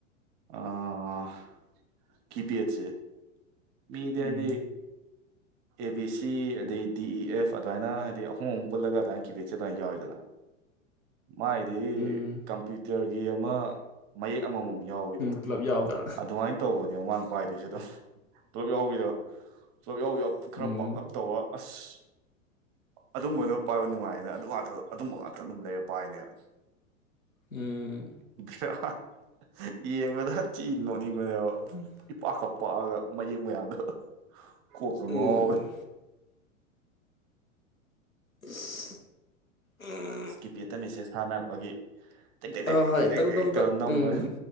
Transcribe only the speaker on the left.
ꯎꯝ
ꯎꯝ
ꯄꯨꯂꯞ ꯌꯥꯎꯕꯗ
ꯎꯝ
ꯎꯝ
ꯎꯝ
ꯎꯝ
<unintelligible>
ꯍꯣꯏ
ꯍꯣꯏ
ꯇꯛ ꯇꯛ
ꯇꯛ
ꯇꯛ
ꯎꯝ